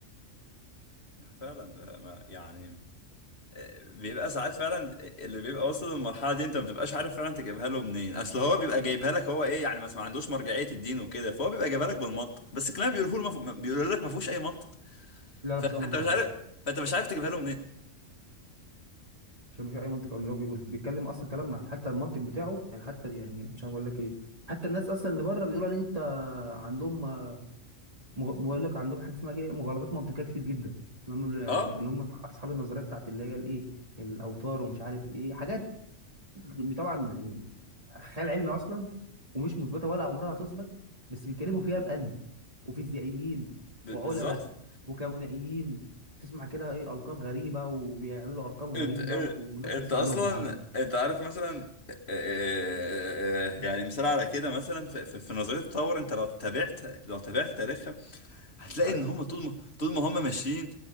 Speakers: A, on the left; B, on the right.
A: فعلا آه، ما يعني آه، بيبقى ساعات فعلا آه، اللي بيبقى واصل للمرحله دي انت ما بتبقاش عارف فعلا تجيبها له منين اصل هو بيبقى جايبها لك هو ايه يعني مثلا ما عندوش مرجعيه الدين وكده فهو بيبقى جايبها لك بالمنطق بس الكلام بيقوله له مف... بيقول لك ما فيهوش اي منطق
B: لا لا
A: فانت
B: مفيش اي منطق
A: مش
B: على فكره
A: عارف فانت مش عارف تجيبها له منين
B: مش هيبقى في اي منطق من اللي هو بيقوله بيتكلم اصلا كلام مع حتى المنطق بتاعه يعني حتى يعني مش عارف اقول لك ايه حتى الناس اصلا اللي بره بيقولوا ان انت عندهم آه، مغ- بقول لك عندهم حاجه اسمها ايه مغالطات منطقيه كتير جدا اللي هم
A: اه
B: اللي هم اصحاب النظريه بتاعت اللي هي الايه الاوتار ومش عارف ايه حاجات طبعا يعني خيال علمي اصلا ومش مثبته ولا عمرها هتثبت بس بيتكلموا فيها بقلب وفيزيائيين
A: ب-
B: وعلماء
A: بالظبط
B: وكونائيين تسمع كده ايه القاب غريبه وبيعملوا ارقام غريبه
A: انت آه،
B: و- والناس
A: انت
B: بتسمع
A: اصلا
B: لهم يا عم
A: انت عارف مثلا آه، آه، آه، اه، اه، يعني مثال على كده مثلا في, في في نظريه التطور انت لو تابعت لو تابعت تاريخ هتلاقي
B: عارف
A: ان هم طول ما طول ما هم ماشيين